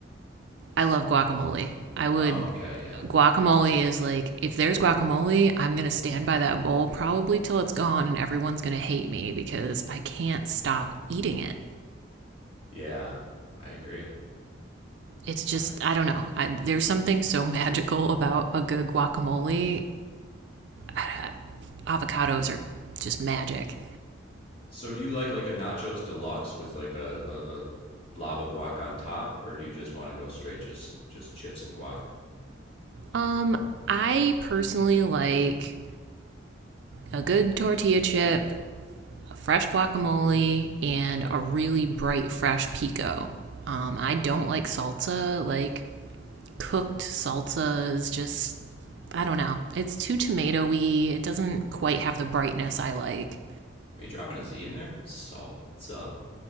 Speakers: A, on the right (about 60°); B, on the left (about 30°).
A: I love guacamole. I would
B: Oh, okay, yeah,
A: guacamole is like if there's guacamole, I'm going to stand by that bowl probably till it's gone and everyone's going to hate me because I can't stop eating it.
B: yeah, I agree.
A: it's just
B: I,
A: I don't know. I, there's something so <laughs> magical about a good guacamole. Uh, Avocados are just magic.
B: so, do you like like a nachos deluxe with like a, a, a blob of guac on top, or do you just want to go straight just just chips and guac?
A: Um, I personally like a good tortilla chip, a fresh guacamole, and a really bright fresh pico. Um, I don't like salsa. Like cooked salsa is just I don't know. It's too tomatoey. It doesn't quite have the brightness I like.
B: Are you dropping a Z in there? Salsa?